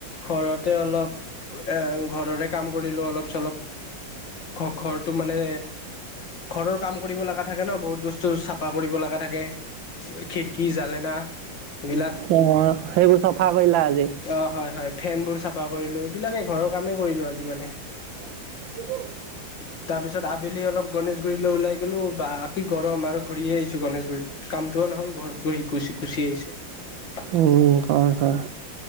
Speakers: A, on the left; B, on the right.
A: ঘৰতে অলপ এ ঘৰতে কাম কৰিলো অলপ চলপ ঘ ঘৰটো মানে- ঘৰৰ কাম কৰিব লগা থাকে ন, বহুত বস্তু চাফা কৰিব লগা থাকে, - খিৰিকী, জালেনা এইবিলাক।
B: অ', সেইবোৰ চফা কৰিলা আজি?
A: অ হয় হয় ফেনবোৰ চাফা কৰিলো, এইবিলাকে ঘৰৰ কামেই কৰিলো আজি মানে।
B: হ <unintelligible>
A: তাৰপিছত আবেলি অলপ গণেশগুৰিলৈ ওলাই গলো বা কি গৰম আৰু ঘূৰিয়ে আহিছো গণেশগুৰিত কামটো নহ'ল ঘৰত গহি গুচি গুচি আহিছো।
B: উম, হয়, হয় <unintelligible>